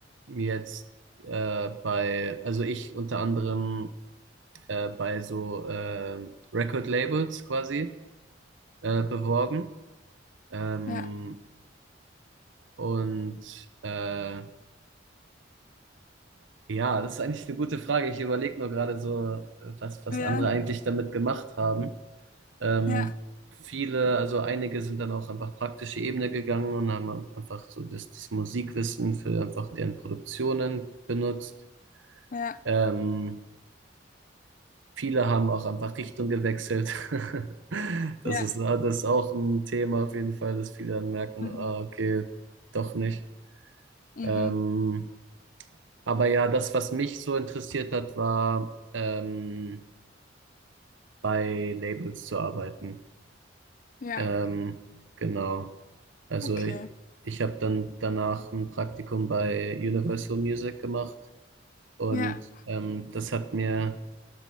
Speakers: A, on the right; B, on the left.
A: jetzt äh, bei, also ich unter anderem äh, bei so äh, Record Labels quasi äh, beworben. Ähm,
B: Ja,
A: und äh, Ja, das ist eigentlich eine gute Frage. Ich überlege nur gerade so, äh, was, was
B: ja,
A: andere eigentlich damit gemacht haben. Ähm,
B: ja,
A: viele, also einige sind dann auch einfach praktische Ebene gegangen und haben einfach so das, das Musikwissen für einfach deren Produktionen benutzt.
B: ja,
A: Ähm, viele haben auch einfach Richtung gewechselt. <laughs> Das
B: ja.
A: ist, das ist auch ein Thema auf jeden Fall, dass viele dann merken,
B: Mhm.
A: ah, okay, doch nicht.
B: Mhm.
A: Ähm, aber ja, das, was mich so interessiert hat, war, ähm, bei Labels zu arbeiten.
B: Ja,
A: Ähm, genau. Also
B: okay.
A: ich, ich habe dann danach ein Praktikum bei Universal Music gemacht und
B: Ja,
A: ähm, das hat mir